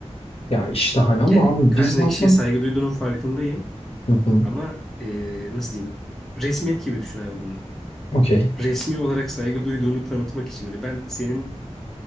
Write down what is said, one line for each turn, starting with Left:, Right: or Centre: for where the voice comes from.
Left: Ya işte hani ama
Centre: Yani
Left: abi
Centre: karşındaki
Left: biz ne zaten...
Centre: kişiye saygı duyduğunun farkındayım
Left: Hı hı.
Centre: ama e, nasıl diyeyim resmiyet gibi düşün abi bunu.
Left: Okey.
Centre: Resmi olarak saygı duyduğunu tanıtmak için hani ben senin